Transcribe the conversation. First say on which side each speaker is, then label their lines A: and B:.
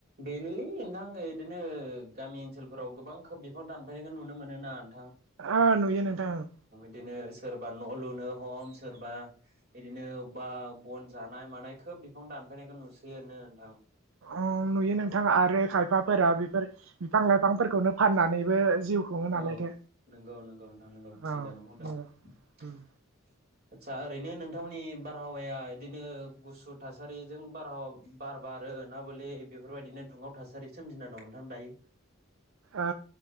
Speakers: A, on the right; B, on the right.
A: बेनोलै नोंथां बिदिनो गामि ओनसोलफोराव गोबां खोब बिफां दानफायनायखौ नुनो मोनोना ।
B: ओ नुयो नोंथां ।
A: बिदिनो सोरबा न' लुनो हम सोरबा बिदिनो अबेबा बन जानाय मानाय खोब बिफां दानफैनायखौ नुसैनो नोंथां ।
B: औ नुयो नोंथां आरो खायफाफोरा बेफोर बिफां लाइफांफोरखौनो फाननानैबो जिउ खुङो नालायथो
A: औ नंगौ नंगौ नोंथां नंगौ थिगानो
B: औ
A: बुंदों
B: नंगौ
A: ।
B: उम
A: आदसा ओरैनो नोंथांमोननि बारहावाया बिदिनो गुसु थासारिजों बारहावा बार बारो ना बले बेफोरबायदिनो दुंहाव थासारि सोमजिना दं नोंथां दायो?
B: ओ